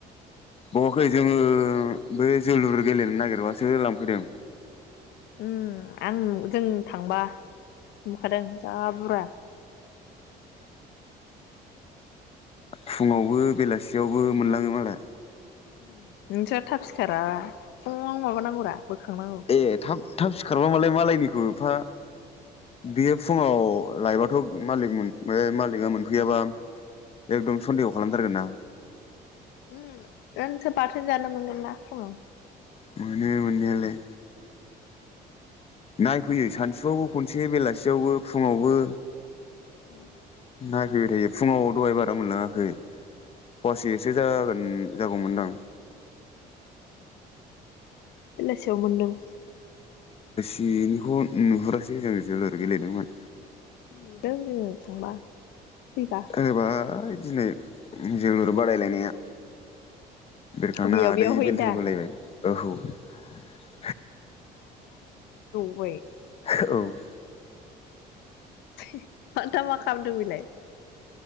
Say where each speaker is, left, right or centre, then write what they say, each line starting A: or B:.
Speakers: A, on the left (about 35°); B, on the left (about 85°).
A: बावाखै जोंङो बे जोलुर गेलेनो नागिरबासो लांफैदों
B: उम आं जों थांबा नुखादां जा बुरा
A: फुंङावबो बेलासियावबो मोनलाङो मालाय
B: उम नोंस्रा थाब सिखाराना फुंङावनो माबानांगौरा बोखांनांगौ
A: ए थाब थाब सिखारबा मालाय मालायनिखौ एफा बेयो फुङाव लायबाथ मालिक मोन बे मालिकआ मोनफैयाबा एकदम सनन्देह खालामथारगोन ना
B: उम नोंसो बाथोन जानो मोनगोन ना फुंङाव
A: मोनो मोननायालाय। नायफैयो सानसुआवबो खनसे बेलासियावबो फुंङावबो।
B: उम
A: नायफैबाय थायो फुंङाव दहाय बारा मोनलाङाखै फुवासेसो जागोन जागौमोनदां।
B: बेलासियाव मोनदों।
A: बेनिखौ नुहुरासै जों जोलुर गेलेदोंमोन।
B: नुदों जोङो। <unintelligible> फैबा।
A: ओरैबाय दिनै जोलुर बादायलायनाया बिरखांना
B: बेयाव
A: आदै
B: बेयाव हैनो
A: बेलथायगुलायबाय।
B: दा
A: ओहो औ
B: गय
A: <unintelligible> औ
B: <unintelligible> दा मा खामलामदों बिलाय।